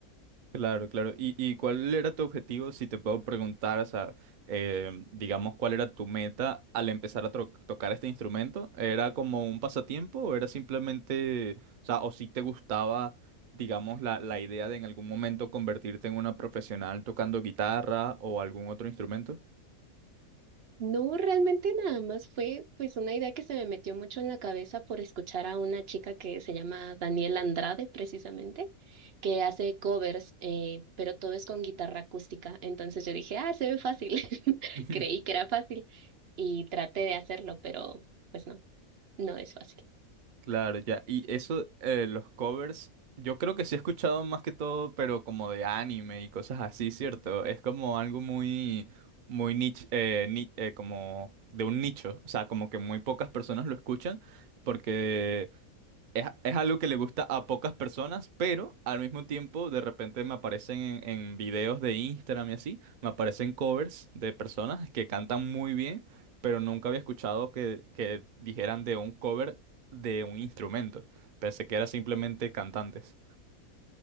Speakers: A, on the right; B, on the right.
A: Claro, claro. ¿Y, y cuál era tu objetivo, si te puedo preguntar, o sea, eh, digamos, cuál era tu meta al empezar a tro- tocar este instrumento? ¿Era como un pasatiempo o era simplemente, o sea, o si te gustaba, digamos, la, la idea de en algún momento convertirte en una profesional tocando guitarra o algún otro instrumento?
B: No, realmente nada más fue pues una idea que se me metió mucho en la cabeza por escuchar a una chica que se llama Daniela Andrade, precisamente, que hace covers, eh, pero todo es con guitarra acústica. Entonces yo dije, ah, se ve fácil. <laughs>
A: <laughs>
B: Creí que era fácil y traté de hacerlo, pero pues no, no es fácil.
A: Claro, ya. Y eso, eh, los covers, yo creo que sí he escuchado más que todo, pero como de anime y cosas así, ¿cierto? Es como algo muy, muy niche, eh, ni- eh, como de un nicho, o sea, como que muy pocas personas lo escuchan, porque es, es algo que le gusta a pocas personas, pero al mismo tiempo de repente me aparecen en, en videos de Instagram y así, me aparecen covers de personas que cantan muy bien, pero nunca había escuchado que, que dijeran de un cover de un instrumento. Pensé que era simplemente cantantes.